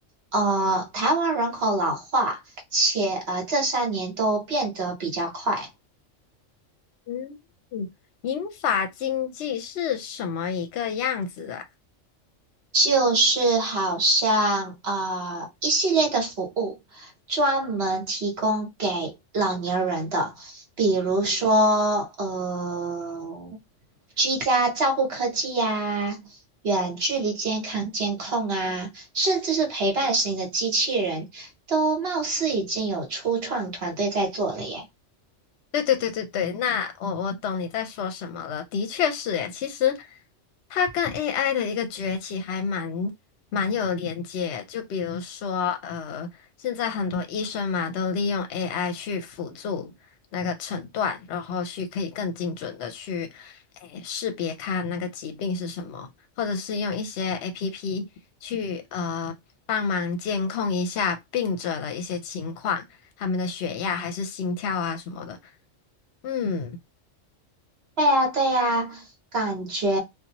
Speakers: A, on the right (about 55°); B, on the left (about 65°).
A: 呃，台湾人口老化，且呃这三年都变得比较快。
B: 嗯，银发经济是什么一个样子的？
A: 就是好像呃一系列的服务，专门提供给老年人的，比如说呃居家照护科技呀、远距离健康监控啊，甚至是陪伴型的机器人，都貌似已经有初创团队在做了耶。
B: 对对对对对，那我我懂你在说什么了。的确是诶，其实它跟 AI 的一个崛起还蛮蛮有连接。就比如说，呃，现在很多医生嘛都利用 AI 去辅助那个诊断，然后去可以更精准的去诶识别看那个疾病是什么，或者是用一些 APP 去呃帮忙监控一下病者的一些情况，他们的血压还是心跳啊什么的。嗯，
A: 对呀，对呀，感觉